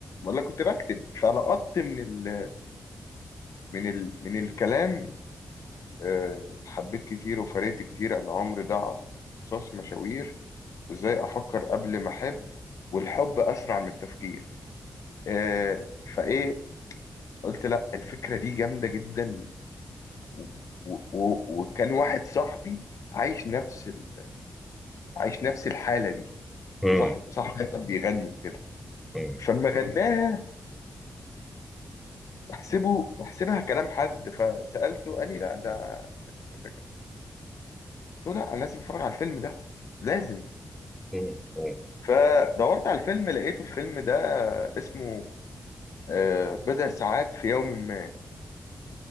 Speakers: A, on the left; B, in the centre.
A: ولا كنت بكتب فلقطت من ال... من ال... من الكلام آه، حبيت كتير وفرقت كتير أنا عمري ضاع في قصص مشاوير وإزاي أفكر قبل ما أحب والحب أسرع من التفكير آه، فإيه قلت لأ الفكرة دي جامدة جدا و- و- و- وكان واحد صاحبي عايش نفس ال... عايش نفس الحالة دي
B: مم.
A: وصاحبي صاحبي كان بيغني وكده
B: مم.
A: فلما غناها بحسبه بحسبها كلام حد فسألته قال لي لا ده كذا كذا كذا قلت له لا أنا لازم أتفرج على الفيلم ده لازم
B: مم. مم.
A: فدورت على الفيلم لقيته الفيلم ده اسمه آه، بضع ساعات في يوم ما